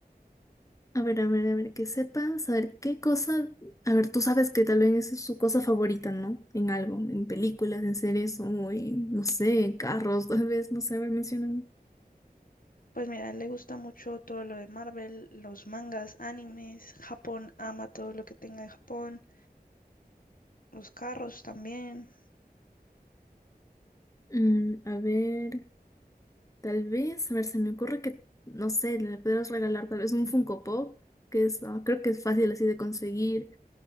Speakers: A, on the left (about 20°); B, on the left (about 60°).
A: A ver, a ver, a ver, que sepa, saber qué cosa, a ver, tú sabes que tal vez es su cosa favorita, ¿no? En algo, en películas, en series o en, no sé, en carros, <laughs> tal vez, no sé, a ver, menciona.
B: Pues mira, a él le gusta mucho todo lo de Marvel, los mangas, animes, Japón, ama todo lo que tenga de Japón, los carros también.
A: Mm, a ver, Tal vez, a ver, se me ocurre que, no sé, le podrías regalar tal vez un Funko Pop, que es, ah, creo que es fácil así de conseguir,